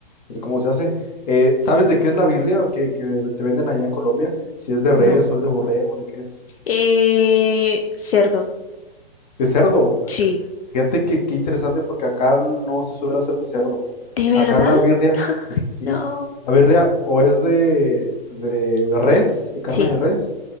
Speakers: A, on the left (about 45°); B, on the left (about 80°).
A: el cómo se hace. Eh, ¿sabes de qué es la birria que, que te venden allá en Colombia? Si es de res
B: No.
A: o es de borrego, de qué es.
B: Eh, cerdo.
A: De cerdo.
B: Sí.
A: Fíjate que qué interesante porque acá no se suele hacer de cerdo.
B: ¿De verdad?
A: Acá la birria, es- sí,
B: No.
A: la birria o es de, de res, de carne
B: Sí.
A: de res,